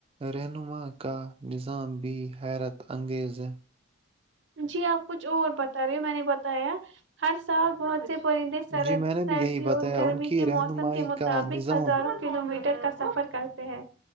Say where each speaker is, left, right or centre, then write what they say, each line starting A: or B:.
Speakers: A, on the right; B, on the right.
A: رہنما کا نظام بھی حیرت انگیز ہے
B: جی آپ کچھ اور بتا رہے ہو میں نے بتایا ہر سال بہت سے پرندے سردی
A: جی میں نے بھی یہی بتایا
B: اور گرمی
A: ان کی
B: کے
A: رہنمائی
B: موسم کے مطابق
A: کا نظام
B: ہزاروں کلو میٹر ٹ کا سفر کرتے ہیں